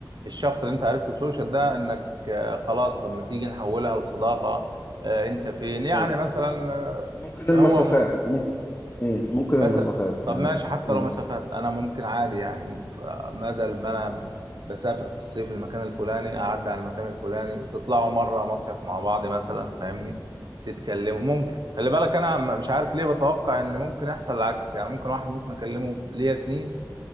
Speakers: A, on the right; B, on the left.
A: الشخص اللي انت عرفته سوشيال ده انك آه، خلاص طب ما تيجي نحولها لصداقه آه، انت فين يعني
B: آه
A: مثلا
B: ممكن المسافات
A: آه، هو مح...
B: ممكن مم، ممكن
A: مس...
B: المسافات
A: طب
B: يعني
A: ماشي حتى
B: مم.
A: لو مسافات انا ممكن عادي يعني ف- بدل ما انا بسافر في الصيف المكان الفلاني اعدي على المكان الفلاني تطلعوا مره مصيف مع بعض مثلا فاهمني تتكلموا ممكن خلي بالك انا م- مش عارف ليه بتوقع ان ممكن يحصل العكس يعني ممكن واحد ممكن اكلمه ليا سنين